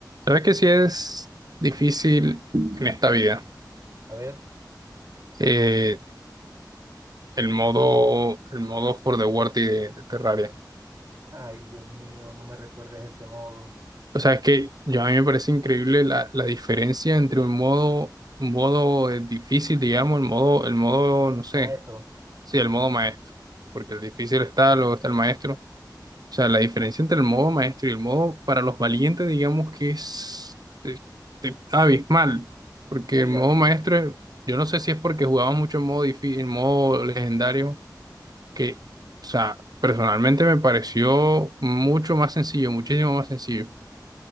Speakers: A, on the right (about 60°); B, on the right (about 45°).
A: Sabes que sí es difícil en esta vida
B: A ver,
A: eh, el modo, el modo for the worthy de, de Terraria.
B: ay Dios mío, no me recuerdes de ese modo.
A: O sea, es que yo a mí me parece increíble la, la diferencia entre un modo, un modo eh, difícil, digamos, el modo, el modo, no sé,
B: Maestro,
A: sí, el modo maestro. Porque el difícil está, luego está el maestro. O sea, la diferencia entre el modo maestro y el modo para los valientes, digamos que es te- abismal,
B: muy
A: porque el modo
B: abismal.
A: maestro, yo no sé si es porque jugaba mucho en modo difícil, en modo legendario, que, o sea, personalmente me pareció mucho más sencillo, muchísimo más sencillo.